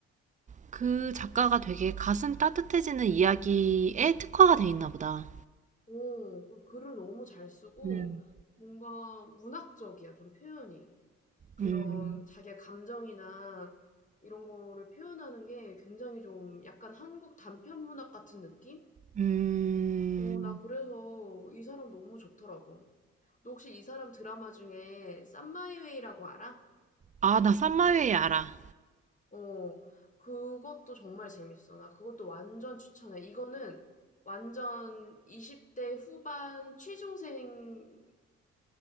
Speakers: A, on the right; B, on the left.
A: 그 작가가 되게 가슴 따뜻해지는 이야기에 특화가 돼 있나 보다.
B: 오, 글을 너무 잘 쓰고,
A: 음.
B: 뭔가 문학적이야, 좀 표현이. 그런
A: 음,
B: 자기의 감정이나 이런 거를 표현하는 게 굉장히 좀 약간 한국 단편 문학 같은 느낌?
A: 음,
B: 어, 나 그래서 이 사람 너무 좋더라고. 너 혹시 이 사람 드라마 중에 썸마이웨이라고 알아?
A: 아, 나 쌈마웨이 알아.
B: 어, 그것도 정말 재밌어. 나 그것도 완전 추천해. 이거는 완전 20대 후반 취중생용?